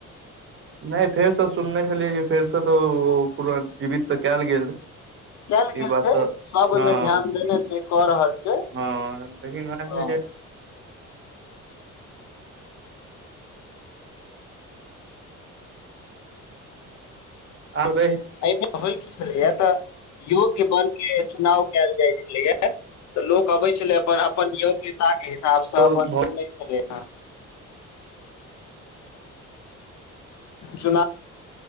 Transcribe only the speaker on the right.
नहि फेरसँ सुनने छलियै जे फेरसँ तऽ ओ पूरा जीवित तऽ कयल गे
ई बात
तऽ
हँ
हँ लेकिन वएह
छै ज आलद
घर